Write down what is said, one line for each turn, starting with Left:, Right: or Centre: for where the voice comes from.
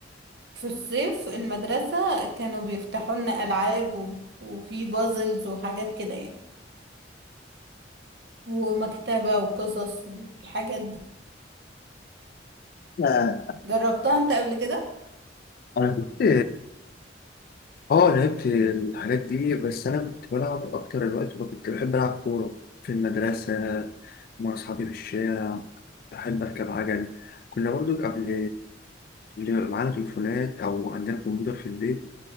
Right: في الصيف المدرسة كانوا بيفتحوا لنا العاب و- وفي بازلز وحاجات كده يعني ومكتبة وقصص والحاجات دي
Left: أنا-
Right: جربتها انت قبل كده
Left: أنا كنت اه لعبت الحاجات دي بس انا كنت بلعب اكتر الوقت كنت بحب العب كوره في المدرسه مع اصحابي في الشارع بحب اركب عجل كنا برضو قبل اللي معانا تليفونات او عندنا كمبيوتر في البيت